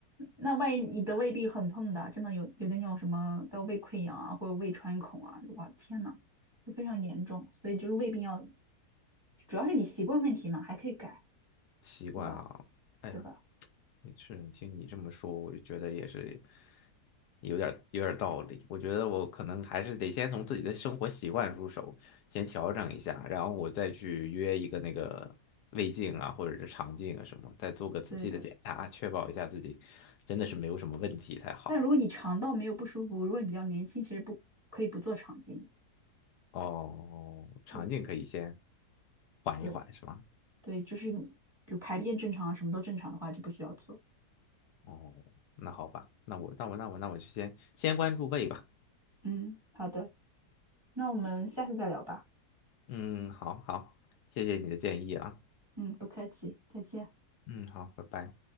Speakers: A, on the right (about 15°); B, on the left (about 75°).
A: 那万一你的胃病很痛的，真的有有的那种什么的胃溃疡啊，或者胃穿孔啊，哇天呐，就非常严重。所以就是胃病要，主要是你习惯问题嘛，还可以改，
B: 习惯啊，
A: 对吧？
B: 哎呀，
A: 对吧？
B: 是，听你这么说，我就觉得也是有点儿有点儿道理。我觉得我可能还是得先从自己的生活习惯入手，先调整一下，然后我再去约一个那个胃镜啊，或者是肠镜啊什么，再做个仔细的检查，
A: 对的。
B: 确保一下自己真的是没有什么问题才好。
A: 但如果你肠道没有不舒服，如果你比较年轻，其实不可以不做肠镜。
B: 哦，肠镜可以先
A: 对
B: 缓一缓，
A: 对
B: 是吗？
A: 对，就是你就排便正常啊，什么都正常的话就不需要做。
B: 哦，那好吧，那我那我那我那我就先先关注胃吧。
A: 嗯，好的，那我们下次再聊吧。
B: 嗯，好好，谢谢你的建议啊。
A: 嗯，不客气，再见。
B: 嗯，好，拜拜。